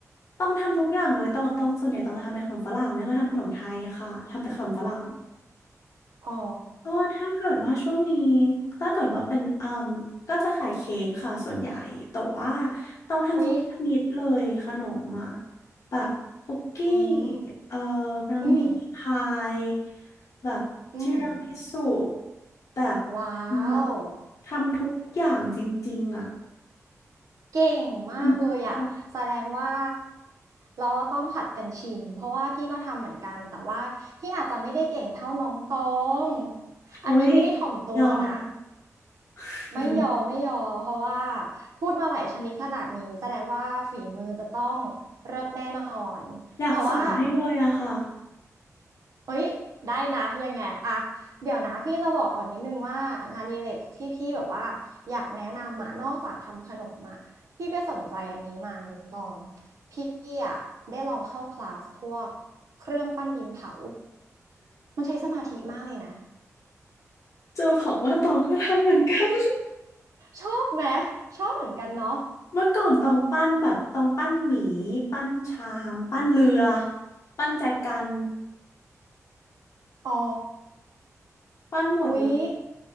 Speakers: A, on the left; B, on the right.
A: ต้องทำทุกอย่างเลยต้องต้องส่วนใหญ่ต้องจะทำเป็นขนมฝรั่งไม่ค่อยทำขนมไทยค่ะทำแต่ขนมฝรั่ง
B: อ๋อ
A: ก็ถ้าเกิดว่าช่วงนี้ถ้าเกิดว่าเป็นอืมก็จะขายเค้กค่ะส่วนใหญ่แต่ว่าต้องทำทุกชนิดเลยขนมอ่ะ
B: วิ
A: แบบคุกกี้
B: อืม
A: เอ่อบราวนี่พาย
B: อืม
A: แบบทีรามิสุ
B: อืม
A: แบบ
B: ว้า
A: แบบ
B: ว
A: ทำทุกอย่างจริงๆอ่ะ
B: เก่งมากเลยอ่ะแสดงว่า
A: น้ำมันโอ
B: เราต้องผัดกันชิมเพราะว่าพี่ก็ทำเหมือนกันแต่ว่าพี่อาจจะไม่ได้เก่งเท่าน้องตอง
A: โอ้ย
B: อันนี้ไม่ได้ถ่อมตัวนะ
A: ยอม <laughs>
B: ไม่ยอมไม่ยอมเพราะว่าพูดมาหลายชนิดขนาดนี้แสดงว่าฝีมือจะต้องเลิศแน่นอนแต่ว่า
A: อยากส่งให้เลยอะค่ะ
B: เอ้ยได้นะยังไงอะเดี๋ยวนะพี่จะบอกก่อนนิดนึงว่างานอดิเรกที่พี่แบบว่าอยากแนะนำอะนอกจากทำขนมอะพี่ไปสนใจอันนี้มาน้องตองพี่อะได้ลองเข้าคลาสพวกเครื่องปั้นดินเผามันใช้สมาธิมากเลยนะ
A: จะบอกว่าตองก็ทำเหมือนกัน
B: ชอบไหมชอบเหมือนกันเนาะ
A: เมื่อก่อนต้องปั้นแบบต้องปั้นหมีปั้นชามปั้นเรือปั้นแจกัน
B: อ๋อ
A: ปั้นหมดเลย
B: อุ๊ย